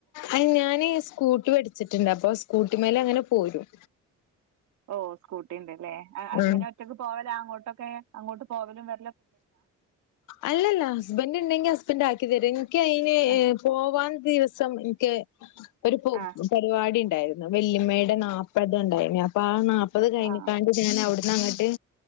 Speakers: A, on the left; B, on the right.
A: ആ ഞാന് സ്കൂട്ടി പഠിച്ചിട്ടുണ്ട് അപ്പൊ സ്കൂട്ടിമേലെ അങ്ങനെ പോരും
B: ഓ സ്കൂട്ടി ഉണ്ട്ല്ലേ അങ്ങനെ
A: ഉം
B: ഒറ്റയ്ക്ക് പോവല അങ്ങോട്ടൊക്കെ അങ്ങോട്ട് പോവലും വ
A: അല്ലല്ല ഹസ്ബൻഡ് ണ്ടെങ്കി ഹസ്ബൻഡ് ആക്കി തരും ഇൻക്ക് അയിന്
B: ആഹ്
A: പോവാൻ ദിവസം ഇൻക്ക് ഒരു പൂ
B: ആഹ്
A: പരിവാടിണ്ടായിരുന്നു വെല്ലിമ്മയുടെ നാപത് ഉണ്ടായിന്നു അപ്പൊ ആ നാപ്പത് കഴിഞ്ഞിക്കാണ്ട്
B: ആഹ്
A: ഞാൻ അവിടന്ന് അങ്ങട്ട്